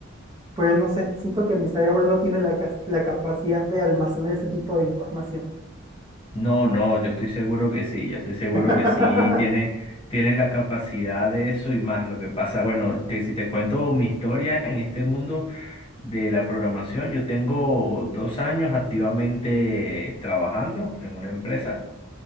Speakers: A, on the right (about 20°); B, on the left (about 30°).
A: pero no sé, siento que mi cerebro no tiene la, cas- la capacidad de almacenar ese tipo de información.
B: No, no, yo estoy seguro que sí, yo estoy seguro
A: <laughs>
B: que sí tiene, tienes la capacidad de eso y más. Lo que pasa, bueno, te- si te cuento mi historia en este mundo de la programación, yo tengo dos años activamente trabajando en una empresa.